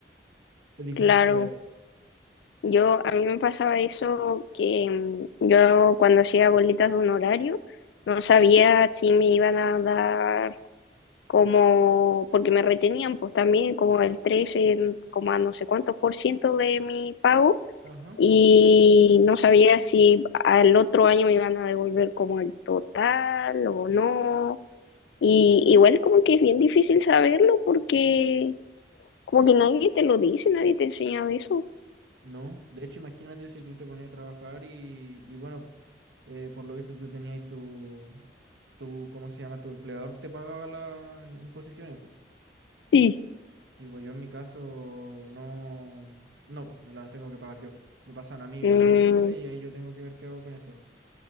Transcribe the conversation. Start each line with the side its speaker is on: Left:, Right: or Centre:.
Right: Es difícil
Left: claro.
Right: saber.
Left: Yo, a mí me pasaba eso que mm, yo cuando hacía bolitas de un horario no sabía si me iban a dar como, porque me retenían pues también como el 13 en- como no sé cuántos por ciento de mi pago
Right: Ajá.
Left: y no sabía si al otro año me iban a devolver como el total o no. Y igual como que es bien difícil saberlo porque como que nadie te lo dice, nadie te enseña de eso.
Right: No, de hecho imagínate si tú te ponías a trabajar y, y bueno, eh, por lo visto tú tenías tu, tu, ¿cómo se llama? Tu empleador te pagaba las imposiciones, pues.
Left: Sí.
Right: Tipo, yo en mi caso no, no, pues me las tengo que pagar yo. Me pasan a mí
Left: Mm,
Right: bruto y ahí yo tengo que ver qué hago con eso,